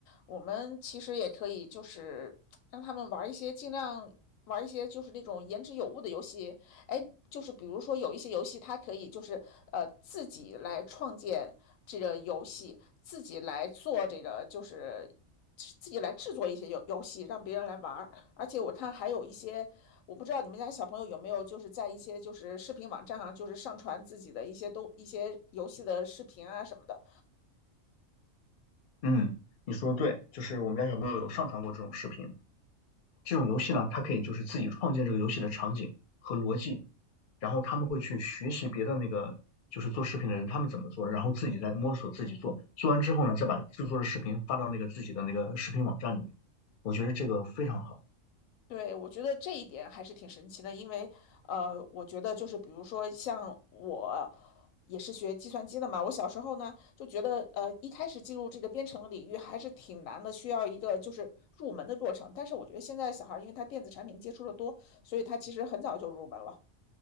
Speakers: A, on the left; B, on the left.
A: 我们其实也可以就是让他们玩一些尽量玩一些就是那种言之有物的游戏。哎，就是比如说有一些游戏，它可以就是呃自己来创建这个游戏，自己来做这个就是自己来制作一些游游戏，让别人来玩儿而且我看还有一些，我不知道你们家小朋友有没有，就是在一些就是视频网站上，就是上传自己的一些都一些游戏的视频啊什么的。
B: 嗯，你说的对，就是我们家小朋友有上传过这种视频。这种游戏呢，它可以就是自己创建这个游戏的场景和逻辑，然后他们会去学习别的那个就是做视频的人他们怎么做，然后自己再摸索自己做，做完之后呢，再把制作的视频发到那个自己的那个视频网站里面。我觉得这个非常好
A: 对，我觉得这一点还是挺神奇的，因为呃，我觉得就是比如说像我也是学计算机的嘛，我小时候呢就觉得呃一开始进入这个编程的领域还是挺难的，需要一个就是入门的过程。但是我觉得现在小孩儿因为他电子产品接触的多，所以他其实很早就入门了。